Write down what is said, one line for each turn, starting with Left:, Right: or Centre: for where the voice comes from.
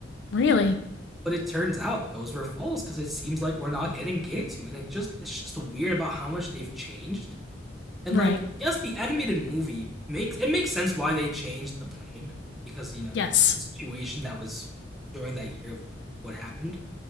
Left: Really?
Centre: but it turns out those were false because it seems like we're not getting Gantu, and it just it's just weird about how much they've changed And
Left: Right.
Centre: like, yes, the animated movie makes it makes sense why they changed the plane because you know
Left: Yes.
Centre: the situation that was during that year of what what happened.